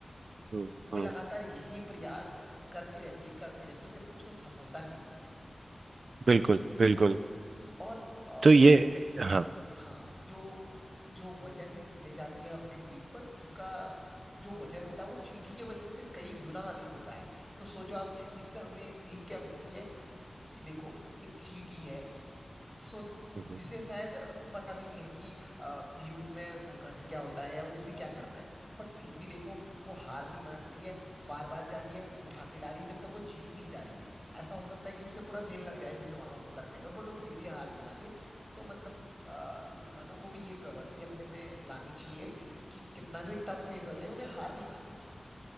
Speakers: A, on the right (about 80°); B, in the centre.
A: हम्म,
B: वो
A: हम्म,
B: लगातार यही प्रयास करती रहती करती रहती जब तक उसे सफलता नहीं मिलती
A: बिल्कुल बिल्कुल
B: और अ,
A: तो ये
B: वो
A: हाँ
B: हाँ जो जो वजन ले जाती है अपने पीठ पर उसका जो वजन होता है वो चींटी के वजन से कई गुना अधिक होता है तो सोचो आप इससे हमें सीख क्या मिलती है कि देखो एक चींटी है सो
A: बताइए
B: जिसे शायद अ, पता भी नहीं है कि अ, जीवन में संघर्ष क्या होता है या वो उसे क्या करना है बट फिर भी देखो वो हार नहीं मान रही है बार बार जा रही है उठा के ला रही है जब तक वो जीत नहीं जा रही है ऐसा हो सकता है कि उसे पूरा दिन लग जाए उसे वहां वो करने में बट वो फिर भी हार नहीं मान रही है तो मतलब अ, इंसानों को भी ये प्रवृत्ति अपने में लानी चाहिए कि कितना भी टफ फेस आ जाए उन्हें हार नहीं माननी चाहिए